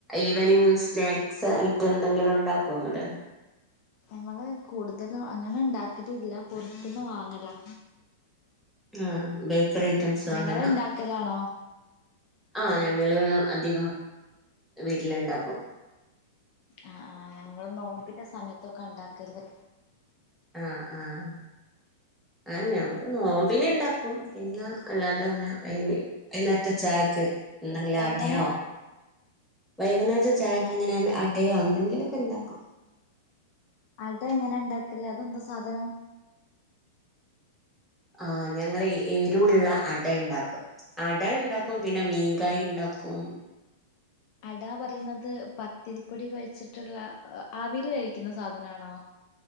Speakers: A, in the centre; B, on the left.
A: ഈവനിങ് സ്നാക്സ് ആയിട്ടെന്തെങ്കിലും ഉണ്ടാക്കോ ഇങ്ങള്?
B: ഞങ്ങള് കൂടുതലും അങ്ങനെ ഇണ്ടാക്കലില്ല പുറത്ത്ന്ന് വാങ്ങലാ
A: ആഹ് ബേക്കറി ഐറ്റംസ് വാങ്ങലാ?
B: നിങ്ങൾ ഉണ്ടാക്കലാണോ
A: ആഹ് ഞങ്ങള് അധികം വീട്ടില് ണ്ടാക്കും.
B: ആഹ് ആഹ് ഞമ്മൾ നോമ്പിന്റെ സമയത്തൊക്കാ ഉണ്ടാക്കല്
A: ആഹ് ആഹ്. ആഹ് ഞങ്ങള് നോമ്പിനിണ്ടാക്കും പ്പൊം പിന്നെ അല്ലാതങ്ങനെ വൈന്നേ വൈന്നേരത്തെ ചായക്ക് എന്തെങ്കിലടയോ
B: എങ്ങനെ
A: വൈകുന്നേരത്തെ ചായക്ക്
B: ആഹ്
A: ഇങ്ങനെ അ ടയോ എന്തെങ്കിലൊക്കെ ണ്ടാക്കും.
B: അട എങ്ങനെ ഇണ്ടാക്കല് അതെന്ത സാധനം?
A: ആഹ് ഞങ്ങളെ എരുള്ള അട യ്ണ്ടാക്കും അടയ്ണ്ടാക്കും പിന്നെ മീൻകായിണ്ടാക്കും.
B: അടാ പറയുന്നത് പത്തിരിപ്പൊടി കൊഴച്ചിട്ടുള്ള ആവില് വേവിക്കുന്ന സാധനാണോ